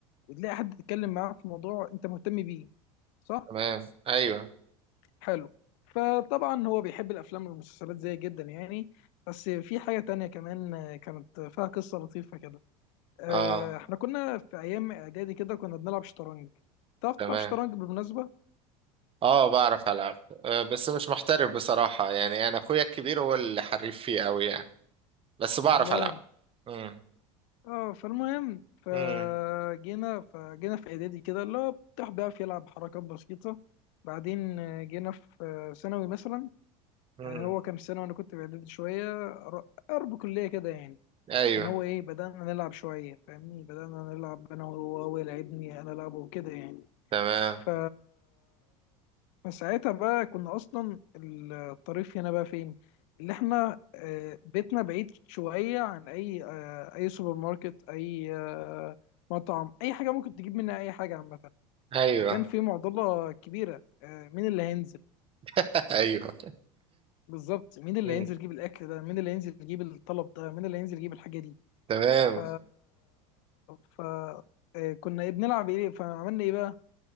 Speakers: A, on the left (about 65°); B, on the right (about 35°).
A: وتلاقي حد تتكلم معاه في موضوع انت مهتم بيه صح
B: تمام ايوه
A: حلو فطبعا هو بيحب الافلام والمسلسلات زي جدا يعني بس في حاجه تانية كمان آه، كانت فيها قصه لطيفه كده آه،
B: اه
A: احنا كنا في ايام اعدادي كده كنا بنلعب شطرنج تعرف تلعب
B: تمام
A: شطرنج بالمناسبه
B: اه بعرف العب آه، بس مش محترف بصراحة يعني انا اخويا الكبير هو اللي حريف فيه قوي يعني بس بعرف
A: والله
B: العب امم
A: اه فالمهم فجينا
B: امم
A: فجينا في اعدادي كده اللي هو بتاع بيعرف يلعب حركات بسيطه بعدين آه، جينا في آه، ثانوي مثلا
B: امم
A: آه، هو كان في ثانوي وانا كنت في اعدادي شويه قر- قرب كليه كده يعني
B: ايوه
A: كان هو ايه بدأنا نلعب شوية فاهمني بدأنا نلعب انا وهو هو يلعبني انا العبه وكده يعني
B: تمام
A: ف فساعتها بقى كنا اصلا الطريف هنا بقى فين اللي احنا آه، بيتنا بعيد شوية عن اي آه، اي سوبر ماركت اي آه، مطعم اي حاجة ممكن تجيب منها اي حاجة عامة
B: ايوه
A: فكان في معضلة كبيرة آه، مين اللي هينزل
B: <laughs> ايوه
A: بالظبط مين اللي
B: امم
A: هينزل يجيب الاكل ده مين اللي هينزل يجيب الطلب ده مين اللي هينزل يجيب الحاجة دي
B: تمام
A: ف ف آه، كنا إيه بنلعب ايه فعملنا ايه بقى